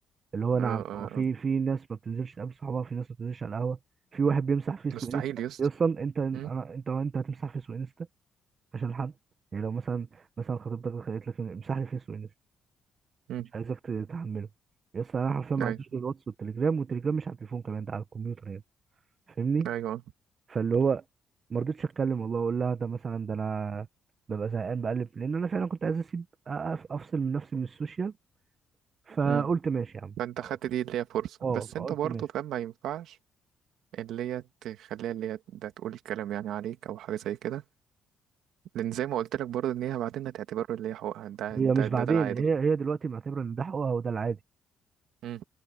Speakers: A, on the right (about 45°); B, on the right (about 80°).
A: اللي هو نعم
B: آه، آه،
A: هو في في ناس ما بتنزلش تقابل صحابها في ناس ما بتنزلش على القهوه في واحد بيمسح فيس
B: مستحيل
A: وانستا
B: يسطا
A: إيه اصلا انت انا
B: مم،
A: انت انت هتمسح فيس وانستا عشان حد يعني لو مثلا مثلا خطيبتك قالت لك امسح لي فيس وانستا
B: مم،
A: مش عايزك تتحمله يس انا حرفيا ما
B: ايوه
A: عنديش غير الواتس والتليجرام والتليجرام مش على التليفون كمان ده على الكمبيوتر يعني فاهمني
B: ايوه
A: فاللي هو ما رضيتش اتكلم والله اقول لها ده مثلا ده انا ببقى زهقان بقلب لان انا فعلا كنت عايز اسيب أقف- افصل من نفسي من السوشيال فقلت
B: مم.
A: ماشي يا عم
B: فانت خدت
A: خلاص
B: دي اللي هي فرصة
A: اه
B: بس
A: فقلت
B: انت برضه
A: ماشي
B: فاهم ما ينفعش اللي هي تخليها اللي هي ده تقول كلام يعني عليك او حاجة زي كده لان زي ما قلت لك برضه ان هي بعدين هتعتبره اللي هي حقوقها ده
A: هي
B: ده
A: مش
B: ده,
A: بعدين
B: ده العادي
A: هي هي دلوقتي معتبره ان ده حقوقها وده العادي
B: مم.